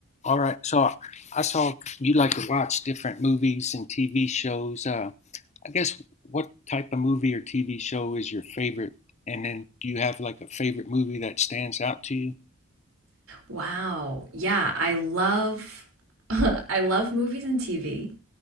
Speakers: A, on the left; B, on the right.
A: All right. So I- saw you like to watch different movies and TV shows. Uh, I guess what type of movie or TV show is your favorite? And then do you have like a favorite movie that stands out to you?
B: Wow. Yeah, I love <laughs> I love movies and TV.